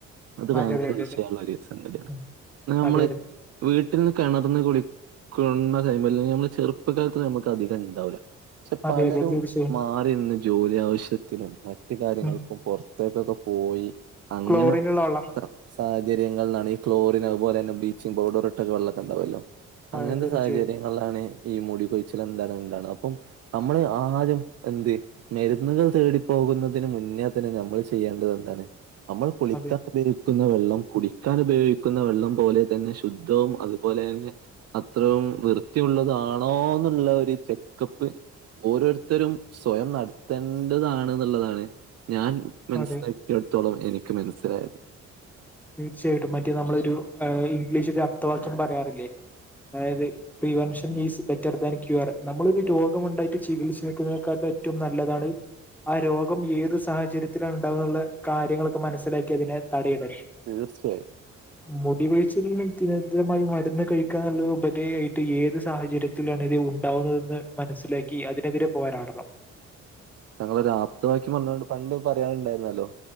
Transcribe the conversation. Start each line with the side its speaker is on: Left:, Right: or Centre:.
Right: അത് ഭയങ്കര
Centre: അതെ അതെ അതെ
Right: വിഷയള്ള
Centre: അതെ
Right: ഒരു സംഗതിയാണ്
Centre: ഉം.
Right: നമ്മള്
Centre: അതെ അതെ
Right: വീട്ട്ന്ന് കിണർന്ന് കുളിക്കുന്ന ടൈമില് അല്ലെങ്കിൽ നമ്മള് ചെറുപ്പകാലത്ത് നമുക്ക് അധികം ഉണ്ടാവില്ല പക്ഷെ
Centre: അതെ
Right: പലരും
Centre: അതെ തീർച്ചയായും
Right: മാ ഇന്ന് ജോലി ആവശ്യത്തിനും മറ്റു കാര്യങ്ങൾക്കും
Centre: ഉം
Right: പുറത്തേക്കൊക്കെ പോയി അങ്ങനെ
Centre: ക്ലോറിനുള്ള വെള്ളം
Right: സാഹചര്യങ്ങൾന്നാണ് ഈ ക്ലോറിൻ അതുപലെ തന്നെ ബ്ലീച്ചിങ് പൗഡർ ഇട്ട വെള്ളൊക്കെ ഉണ്ടാവുല്ലോ അങ്ങൻത്തെ
Centre: അതെ തീർച്ചയായും
Right: സാഹചര്യങ്ങളിലാണ് ഈ മുടി കൊഴിച്ചിൽ എന്താണ് എന്താണ് അപ്പം നമ്മള് ആദ്യം എന്ത് മരുന്നുകൾ തേടിപ്പോകുന്നതിന് മുന്നേ തന്നെ നമ്മൾ ചെയ്യേണ്ടത് എന്താണ് നമ്മൾ കുളിക്കാൻ
Centre: അതെ
Right: കുടിക്കാൻ ഉപയോഗിക്കുന്ന വെള്ളം പോലെ തന്നെ ശുദ്ധവും അതുപോലെന്നെ അത്രയും വൃത്തിയുള്ളതാണോന്നുള്ള ഒരു ചെക്കപ്പ് ഓരോരുത്തരും സ്വയം നടത്തേണ്ടതാണ് എന്നുള്ളതാണ് ഞാൻ മനസ്സിലാക്കി
Centre: അതെ
Right: എടത്തോളം എനിക്ക് മനസ്സിലായത്
Centre: തീർച്ചയായിട്ടും മറ്റേ നമ്മളൊരു ഇംഗ്ലീഷ് ഒരു അബ്തവാക്യം പറയാറില്ലേ അതായത് prevention is better than cure നമ്മളൊരു
Right: ഉം
Centre: രോഗം ഉണ്ടാക്ക ചികിത്സക്കുന്നേക്കാളും ഏറ്റവും നല്ലതാണ് ആ രോഗം ഏത് സാഹചര്യത്തില ഉണ്ടാവന്നുള്ള കാര്യങ്ങളൊക്കെ മനസ്സിലാക്കി അതിനെ തടയിടും
Right: തീർച്ചയായും
Centre: മുടികൊഴിച്ചിലിന് വ്യക്തിരതമായി മരുന്ന് കഴിക്കാനുള്ള ഉപാതായായിട്ട് ഏത് സാഹചര്യത്തിനും ഇത് ഉണ്ടാവുന്നതെന്ന് മനസ്സിലാക്കി അതിനെതിരെ പോരാടണം
Right: ഞങ്ങളൊ ഒരു ആപ്തവാക്കി പറഞ്ഞോണ്ട് പണ്ട് പറയാനുണ്ടായിരുന്നല്ലോ